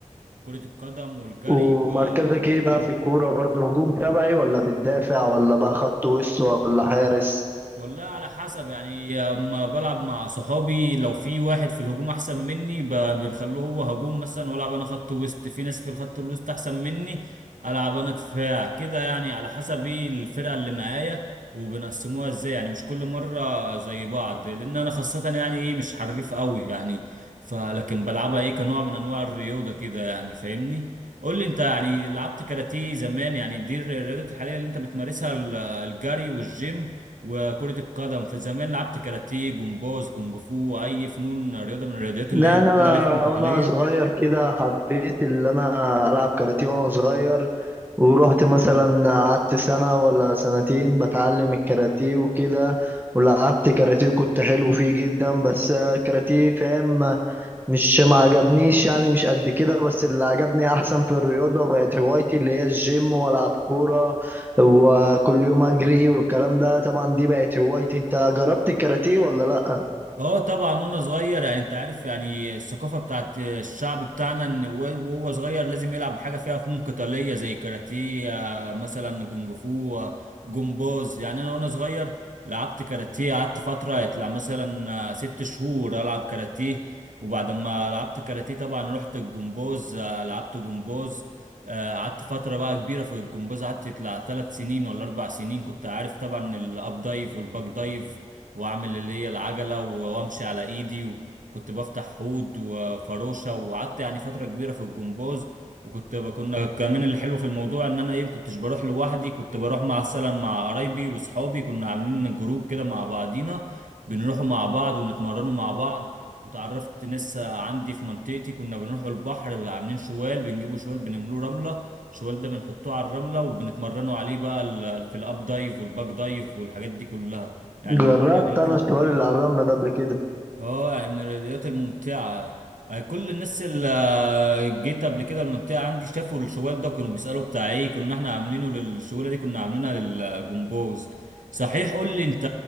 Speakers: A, on the right; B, on the right.
A: كرة القدم والجري
B: ومركزك
A: و- والجيم
B: ايه بقى في الكورة برضو هجوم شبهي ولا بتدافع ولا بقى خط وش ولا حارس
A: والله على حسب يعني اما بلعب مع صحابي لو في واحد في الهجوم احسن مني ب- بنخلوه هو هجوم مثلا والعب انا خط وسط في ناس في الخط الوسط احسن مني العب انا دفاع كده يعني على حسب ايه الفرقه اللي معايا وبنقسموها ازاي يعني مش كل مره زي بعض لان انا خاصه يعني ايه مش حريف قوي يعني فلكن بلعبها ايه كنوع من انواع الرياضه كده يعني فاهمني قول لي انت يعني لعبت كاراتيه زمان يعني دي الرياضات الحاليه اللي انت بتمارسها ال- الجري والجيم وكرة القدم في زمان لعبت كاراتيه جمباز كونج فو أي فنون رياضة من الرياضيات
B: لا
A: اللي هي اللي
B: انا
A: بتلعب عليها فنون قتالية
B: أنا- وانا صغير كده حبيت اللي انا العب كاراتيه وانا صغير ورحت مثلا قعدت سنة ولا سنتين بتعلم الكاراتيه وكده ولعبت كاراتيه وكنت حلو فيه جدا بس الكاراتيه فاهم مش ما عجبنيش يعني مش قد كده بس اللي عجبني احسن في الرياضة بقت هوايتي اللي هي الجيم والعب كورة وكل يوم اجري والكلام ده طبعا دي بقت هوايتي انت جربت الكاراتيه ولا لا
A: اه طبعا وانا صغير يعني انت عارف يعني الثقافه بتاعت الشعب بتاعنا ان هو- وهو صغير لازم يلعب حاجه فيها فنون قتاليه زي كاراتيه آه، مثلا جونج فو آه، جمباز يعني انا وانا صغير لعبت كاراتيه قعدت فتره يطلع مثلا آه، ست شهور العب كاراتيه وبعد ما لعبت كاراتيه طبعا رحت الجمباز آه، لعبت جمباز آه، قعدت فترة بقى كبيرة في الجمباز قعدت يطلع ثلاث سنين ولا أربع سنين كنت عارف طبعا الأب دايف والباك دايف واعمل اللي هي العجله وامشي على ايدي وكنت بفتح حوض وفروشه وقعدت يعني فتره كبيره في الجمباز وكنت ب- كنا كمان اللي حلو في الموضوع ان انا ايه ما كنتش بروح لوحدي كنت بروح مع السلام مع قرايبي واصحابي كنا عاملين جروب كده مع بعضينا بنروحوا مع بعض ونتمرنوا مع بعض وتعرفت ناس عندي في منطقتي كنا بنروحوا البحر عاملين شوال بنجيبوا شوال بنملوه رملة الشوال ده بنحطوه على الرملة وبنتمرنوا عليه بقى ال- في الاب دايف والباك دايف والحاجات دي كلها يعني
B: جربت
A: من الرياضيات
B: انا
A: ال...
B: شوال العراملة ده قبل كده
A: اه يعني من الرياضيات الممتعة آه، كل الناس اللي آه، جيت قبل كده المنطقة عندي شافوا الشوال ده كانوا بيسألوا بتاع ايه كنا احنا عاملينه للشوالة دي كنا عاملينها للجمبوز صحيح قول لي انت